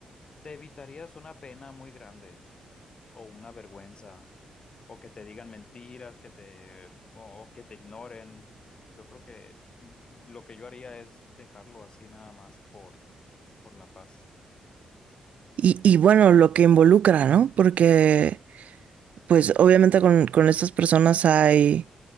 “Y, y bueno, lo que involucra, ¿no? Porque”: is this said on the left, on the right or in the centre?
Right